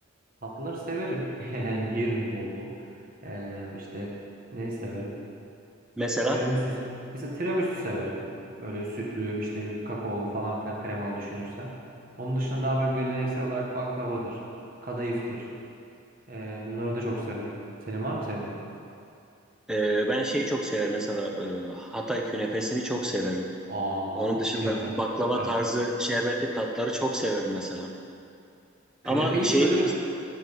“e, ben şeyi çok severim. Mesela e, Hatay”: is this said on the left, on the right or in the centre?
Centre